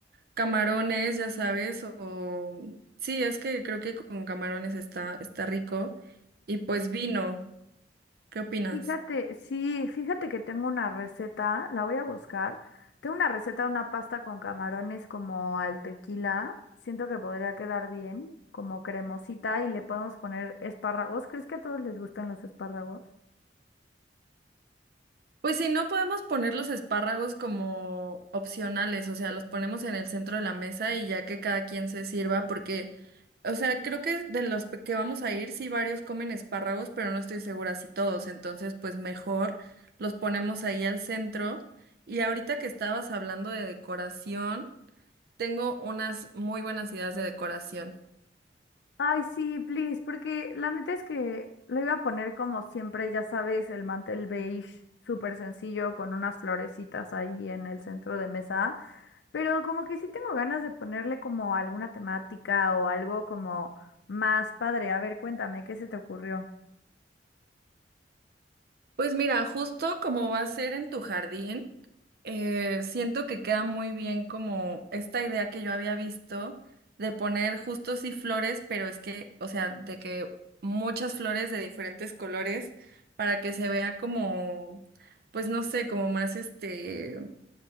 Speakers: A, on the right (about 55°); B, on the left (about 75°).
A: Camarones, ya sabes, o sí, es que creo que con camarones está, está rico. Y pues vino, ¿qué opinas?
B: Fíjate, sí, fíjate que tengo una receta, la voy a buscar. Tengo una receta de una pasta con camarones como al tequila. Siento que podría quedar bien, como cremosita y le podemos poner espárragos. ¿Crees que a todos les gustan los espárragos?
A: Pues si no podemos poner los espárragos como opcionales, o sea, los ponemos en el centro de la mesa y ya que cada quien se sirva, porque, o sea, creo que de los pe- que vamos a ir, sí varios comen espárragos, pero no estoy segura si todos, entonces pues mejor los ponemos ahí al centro. Y ahorita que estabas hablando de decoración. Tengo unas muy buenas ideas de decoración.
B: Ay, sí, please, porque la neta es que lo iba a poner como siempre, ya sabes, el mantel beige, súper sencillo, con unas florecitas ahí en el centro de mesa, pero como que sí tengo ganas de ponerle como alguna temática o algo como más padre. A ver, cuéntame, ¿qué se te ocurrió?
A: Pues mira, justo como va a ser en tu jardín, eh, siento que queda muy bien como esta idea que yo había visto de poner justo sí flores, pero es que, o sea, de que muchas flores de diferentes colores para que se vea como, pues no sé, como más este